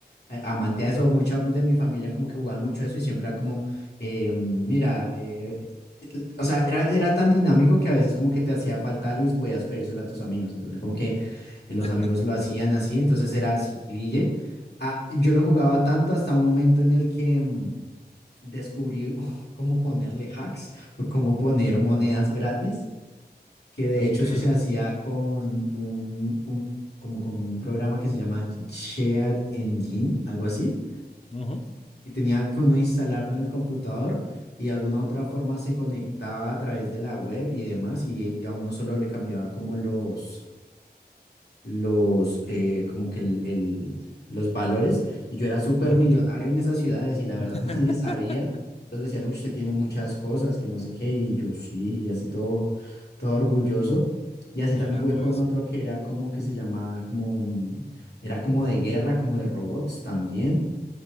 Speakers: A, on the left; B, on the left.
A: eh, amante de eso, mucha de mi familia como que jugaban mucho eso y siempre era como, eh, mira, eh, te- o sea, era, era tan dinámico que a veces como que te hacía falta algo y podías pedírselo a tus amigos. Entonces como que eh, los
B: <laughs>
A: amigos lo hacían así, entonces era Citiville. Ah, yo lo jugaba tanto hasta un momento en el que mm, descubrí <laughs> cómo ponerle hacks o cómo poner monedas gratis que de
B: Ok.
A: hecho eso se hacía con un, un- como con un programa que se llama Shared Engine, algo así,
B: Ujú,
A: y tenía que uno instalarlo en el computador y de alguna otra forma se conectaba a través de la web y demás y, y a uno solo le cambiaba como los los, eh, como que el, el- los valores, y yo era súper
B: ujú.
A: millonario en esas ciudades y la verdad
B: <laughs>
A: <laughs> nadie sabía. Entonces decían, "Uy, usted tiene muchas cosas, que no sé qué, y yo sí, y así todo, todo orgulloso. Y así
B: Mira
A: también jugué
B: todo
A: con
B: eso.
A: otro que era como que se llamaba, como, mm, era como de guerra, como de robots también.